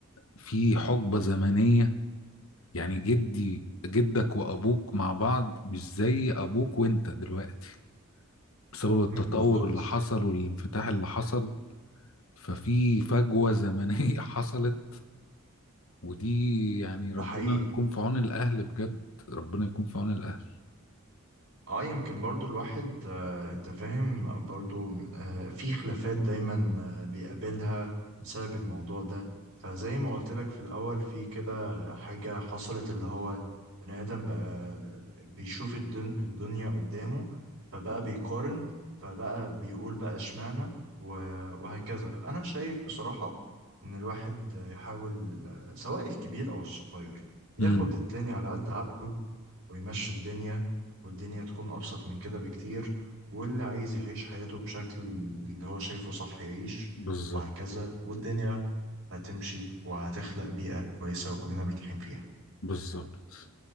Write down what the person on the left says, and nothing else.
في حقبة زمنية يعني جدي جدك وأبوك مع بعض مش زي أبوك وأنت دلوقتي بسبب التطور
اللي حصل والانفتاح اللي حصل ففي فجوة زمنية <laughs> حصلت ودي يعني
ربنا
يكون في عون الأهل بجد ربنا يكون في عون الأهل
امم
بالظبط
بالظبط